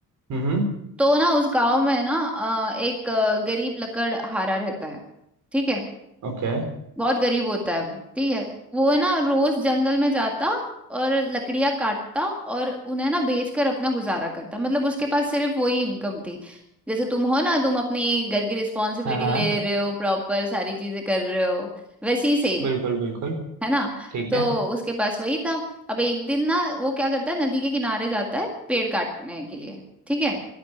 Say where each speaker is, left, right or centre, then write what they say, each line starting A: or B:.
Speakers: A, on the right (about 55°); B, in the centre.
A: हम्म
B: तो ना उस गांव में ना अ, एक अ, गरीब लकड़हारा रहता है ठीक है
A: ओके
B: बहुत गरीब होता है वो ठीक है वो है ना रोज जंगल में जाता और लकड़ियां काटता और उन्हें ना बेचकर अपना गुजारा करता मतलब उसके पास सिर्फ वही इनकम थी जैसे तुम हो ना तुम अपने घर की रिस्पॉन्सिबिलिटी
A: हाँ हाँ
B: ले रहे हो प्रॉपर सारी चीजें कर रहे हो वैसे ही सेम
A: बिल्कुल बिल्कुल
B: है ना
A: ठीक
B: तो
A: है
B: उसके पास वही था अब एक दिन ना वो क्या करता है नदी के किनारे जाता है पेड़ काटने के लिए ठीक है